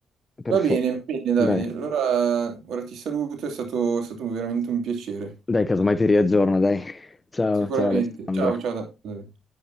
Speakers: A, on the left; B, on the right.
A: Perfetto,
B: Va bene, va bene Davide,
A: dai,
B: allora ora ti saluto, è stato, è stato veramente un piacere.
A: dai, casomai ti riaggiorno, dai. Ciao,
B: Sicuramente.
A: ciao Alessandro.
B: Ciao, ciao Davide.